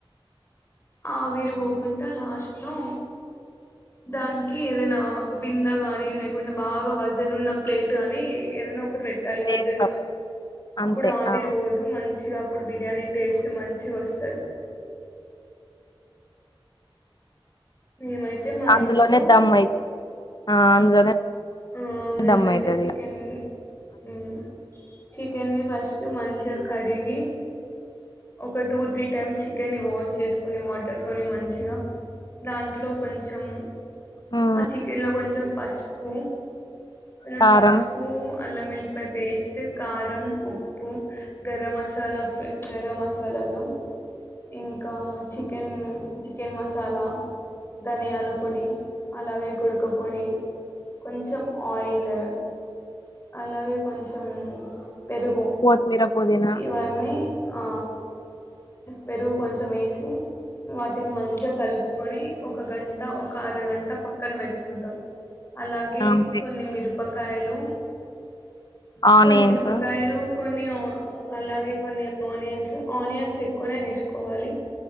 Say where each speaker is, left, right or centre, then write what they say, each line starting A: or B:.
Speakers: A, on the left; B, on the left.
A: ఆవీరి పోకుంటా లాస్ట్ లో దానికి ఏదైనా బింద గాని లేకుంటే బాగా వజన్ ఉన్న ప్లే ట్ గాని ఏదన్న ఒక టి పెట్టాలి వజన్
B: చేస్తాం
A: గా
B: అంతే
A: అప్పుడు ఆవిరి
B: ఆ
A: పోదు మం మంచిగా అప్పుడు బిర్యానీ టేస్ట్ మంచిగా వస్తది మేమైతే మా
B: అందులోనే
A: ఇంట్లో
B: దమ్ అయి ఆ అందులోనే
A: ఆ మేమైతే
B: దమ్ అయితది
A: చికెన్
B: ఇగ
A: ఉమ్ చికెన్ని ఫస్ట్ మంచిగా కడి గి ఒక టూ త్రీ టైమ్స్ కెన్ని వాష్ చేసు కొని వాటర్ తోని మంచిగా దాంట్లో కొంచెం
B: మ్మ్
A: ఆ చికెన్ లో కొంచెం పసుపు కొంచెం
B: కారం
A: పసుపు అల్లంవెల్లిపాయ పేస్ట్ కారం ఉప్పు గరం మసాలా గరం మసాలాలు ఇంకా చికెన్ చికెన్ మసాలా ధనియాల పొడి లవే కొడుకపోడి ఇ కొంచం ఆయిలు అలాగే కొంచెం పెరుగు
B: కొత్తిమీర పుదీనా
A: ఇవన్నీ ఆ పెరుగు కొంచెం ఏసి వాటిని మంచిగా కలుపుకొని ఒక గంట ఒక అరగంట పక్కన పెట్ కుంటాం అలాగే
B: అంతే
A: కొన్ని మిరపక్ కాయలు
B: ఆనియన్స్
A: కొన్నిమిరపకాయలు కొన్ని అలాగే కొన్ని ఆనియన్స్ ఆనియన్స్ ఎక్కువనే తీసు కోవాలి